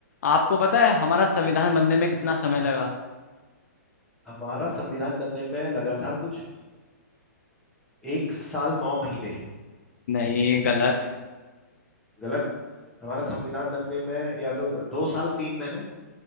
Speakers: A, on the left; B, in the centre.
A: आपको पता है हमारा संविधान बनने में कितना समय लगा
B: हमारा संविधान बनने में लगा था कुछ एक साल नौ महीने
A: नहीं गलत
B: गलत हमारा संविधान बनने में या तो दो साल तीन महीने